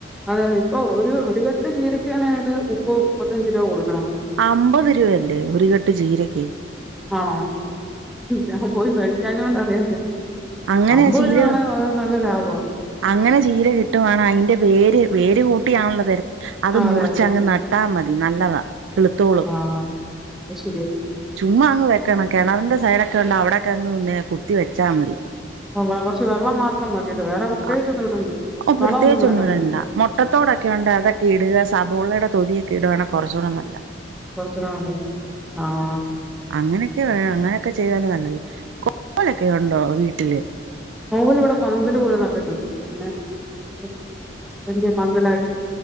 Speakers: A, in the centre; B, on the right (about 85°).
A: അതെ, അതെ ഇപ്പൊ ഒരു ഒരു കെട്ട് ചീരയ്ക്ക് തന്നെയങ്ങട്ട് മുപ്പ മുപ്പത്തഞ്ച് രൂപ കൊടുക്ക
B: അമ്പത് രൂപയല്ലേ ഒരു കെട്ട് ചീരക്ക്.
A: ആണോ ഞാൻ പോയി മേടിക്കാഞ്ഞോണ്ട് അറിയാത്തെ
B: അങ്ങനെ
A: അമ്പത്
B: ചീര
A: രൂപ ആണെ ഒരു നല്ല ലാഭവാ
B: അങ്ങനെ ചീര കിട്ടുവാണെ അയ്ന്റെ വേര് വേര് കൂട്ടിയാണല്ലോ വര് അത്
A: ആ
B: മുറിച്ച്
A: അതെ അതെ
B: അങ്ങ് നട്ടാ മതി തി, നല്ലതാ കിള്ത്തോളും.
A: ആ ആ അത് ശെരിയ
B: ചുമ്മ അങ്ങ് വെക്കണം, കെണറിന്റെ സൈഡ് ഒക്കെ ഉണ്ടെ അവിടെക്കെ അങ്ങ് നെ കുത്തി വെച്ചാ മതി.
A: ആ കൊറച്ച് വെള്ളം മാത്രം മതിയല്ലോ വേറെ പ്രത്യേകിച്ചൊന്നും
B: <inaudible> ആഹ്
A: ഇടണ്ടല്ലോ.
B: ഒ പ്രത്യേകിച്ച്
A: വളവൊന്നും വേണ്ടല്ലോ
B: ഒന്നും വേണ്ട മൊട്ടത്തോടൊക്കെ ഉണ്ടെ അതൊക്കെ ഇടുക സവോളയുടെ തൊടിയൊക്കെ ഇടുവാണേ കൊറച്ചൂടെ നല്ല
A: കൊറച്ചൂടെ നല്ലതാ, ആഹ്
B: അങ്ങനെക്കെ വേ അങ്ങനെക്കെ ചെയ്ത ന്നേ നല്ലത്. കൊ <unintelligible> ഒണ്ടോ വീ ട്ട്ല്
A: കോവല് ഇവിടെ പന്തല് പോലെ നട്ടിട്ടുണ്ട്. പിന്നെ ഏഹ് വലിയ പന്തലായ്